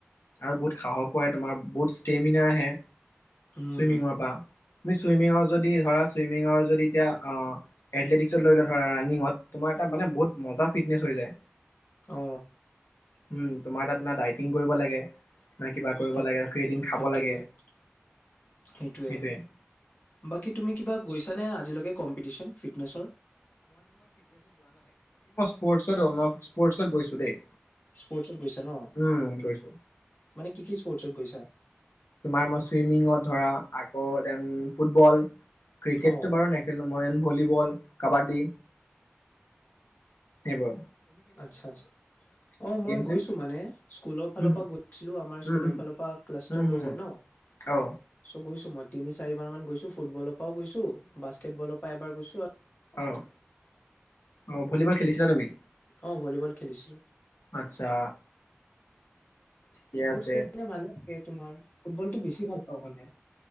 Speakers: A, on the left; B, on the left.
A: আৰু বহুত সাহসো হয় তোমাৰ বুড ষ্টেমিনা আহে
B: উম
A: চুইমিঙৰ পৰা। মিছ চুইমিঙৰ যদি ধৰা চুইমিঙৰ যদি এতিয়া এথলেটিকছত লৈ লওঁ ধৰা ৰানিঙত তোমাৰ এটা মানে বহুত মজা ফিটনেছ হৈ যায়।
B: অ
A: উম তোমাৰ তাত না ডাইটিং কৰিব লাগে না কিবা কৰিব
B: সেইত
A: লাগে ক্ৰিয়েটিন খাব
B: সেইটোয়ে-সেইটোয়ে
A: লাগে সেইটোৱে
B: বাকী তুমি কিবা গৈছানে? আজিলৈ কম্পিটিশ্যন ফিটনেচৰ?
A: স্পদ, মই স্পৰ্টছত গৈছো দেই।
B: স্পৰ্টচত গৈছা ন?
A: উম গৈছো
B: কি কি স্পৰ্টচত গৈছা?
A: তোমাৰ মই চুইমিঙত ধৰা আকৌ দেন ফুটবল ক্ৰিকেটটো
B: অ'
A: বাৰু নেখেলো মই এন ভলীবল কাবা্ডী, সেইবোৰত।
B: আচ্ছা-আছ অ মই
A: চেম
B: গৈছো মানে, স্কুলৰ ফালৰ
A: উম
B: পৰা গৈছিলো, আমাৰ স্কুলৰ
A: উম উম
B: ফালৰ পৰা ক্লাষ্টাৰ
A: উম
B: লৈ
A: হুম
B: যাই ন
A: অ
B: চ গৈছ। মই তিনি চাৰিবাৰ মান গৈছো ফুটবলত ও গৈছো, বাস্কেটবল পৰা এবাৰ গৈছ
A: আহ, আহ ভলীবল খেলিছিলা তুমি?
B: অ ভলীবল খেলিছিলোঁ।
A: আচ্ছা। ঠিকে
B: স্পৰ্টছ
A: আছে
B: খেলিলে ভালে থাকে তোমাৰ ফুটবলটো বেছি ভাল পাওঁ মানে <inaudible>